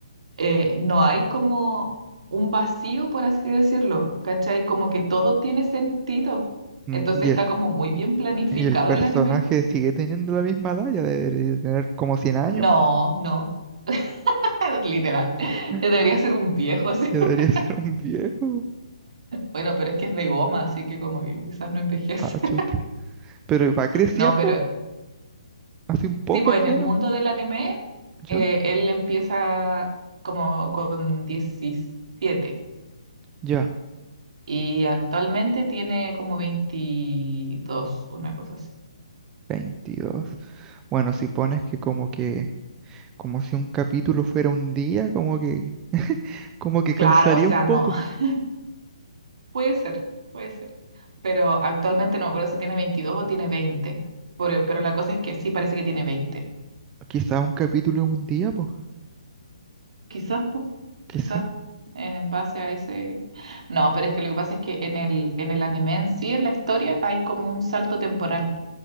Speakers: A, on the right; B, on the right.
A: eh, no hay como un vacío, por así decirlo, ¿cachai? Como que todo tiene sentido.
B: Mm,
A: Entonces
B: Y
A: está
B: el
A: como muy bien planificado
B: Y el personaje
A: el anime.
B: sigue teniendo la misma edad, ya debería tener como 100 años,
A: No, no, <laughs> literal.
B: <laughs>
A: Yo debería ser un viejo así.
B: ya
A: <laughs>
B: debería ser un viejo.
A: Bueno, pero es que es de goma, así que como que quizás no envejece.
B: Ah, chuta.
A: <laughs>
B: Pero va creciendo,
A: No, pero
B: hace un poco
A: sí, pues
B: al menos,
A: en el mundo del anime, eh,
B: ya,
A: él empieza como con 17
B: ya,
A: y actualmente tiene como 22 una cosa así.
B: veintidós Bueno, si pones que como que, como si un capítulo fuera un día, como que, como que calzaría
A: Claro, o sea,
B: un poco.
A: no. <laughs> Puede ser, puede ser. Pero actualmente no me acuerdo si tiene 22 o tiene 20. Pero, pero la cosa es que sí parece que tiene 20.
B: Quizá un capítulo es un día, pues,
A: Quizás, pues,
B: quizá.
A: quizás en base a ese... No, pero es que lo que pasa es que en el, en el anime en sí, en la historia, hay como un salto temporal